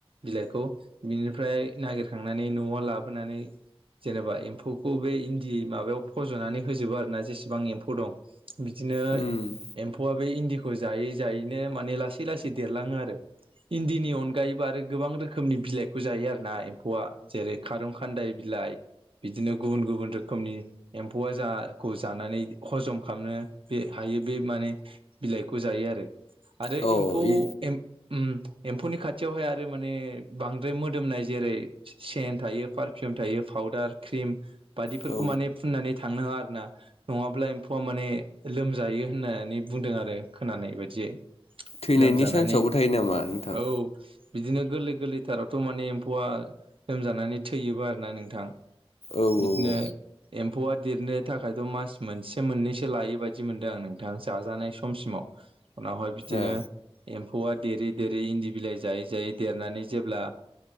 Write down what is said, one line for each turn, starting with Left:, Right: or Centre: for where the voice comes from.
Right: बिलाइखौ बिनिफ्राय नागिरखांनानै न'आव लाबोनानै जेनेबा एम्फौखौ बे इन्दि माबायाव फज'नानै होजोबो आरो ना जेसेबां एम्फौ दं। बिदिनो
Left: उम
Right: एम्फौआ बे इन्दिखौ जायै जायैनो माने लासै लासै देरलाङो आरो। इन्दिनि अनगायैबो आरो गोबां रोखोमनि बिलाइखौ जायो आरोना एम्फौआ जेरै खारं खान्दाय बिलाइ बिदिनो गुबुन गुबुन रोखोमनि एम्फौआ जाखौ जानानै हजम खालामनो बे बे बे माने बिलाइखौ जायो आरो आरो
Left: अ
Right: एम्फौ
Left: इ
Right: एम उम एम्फौनि खाथियावहाय आरो माने बांद्राय मोदोमनाय जेरै सेन थायो पारफियुम थायो फाउदार किरिम बायदिफोरखौ
Left: औ
Right: माने फोनानै थांनोङा आर ना नङाब्ला एम्फौआ माने लोमजायो होननानै बुंदों आरो खोनानाय बायदियै।
Left: थैनायनि
Right: लोमजानानै
Left: सान्सआवबो थायो नामा नोंथां?
Right: औ बिदिनो गोरलै गोरलैथारावथ' माने एम्फौआ लोमजानानै थैयोबो आरो ना नोंथां।
Left: औ
Right: बिदिनो
Left: औ
Right: एम्फौआ देरनो थाखायथ मास मोनसे मोननैसो लायै बायदि मोनदों आं नोंथां जाजानाय समसिमाव। उनावहाय बिदिनो
Left: ए
Right: एम्फौआ देरै देरै इन्दि बिलाइ जायै जायै देरनानै जेब्ला